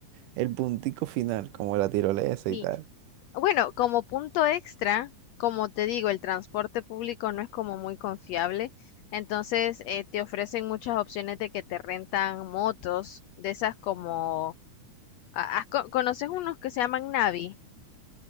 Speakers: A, on the right (about 75°); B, on the left (about 85°).
A: el puntico final, como la tirolesa
B: Sí,
A: y tal,
B: bueno, como punto extra, como te digo, el transporte público no es como muy confiable. Entonces, eh, te ofrecen muchas opciones de que te rentan motos, de esas como... ah, ah, co- ¿Conoces unos que se llaman Navi?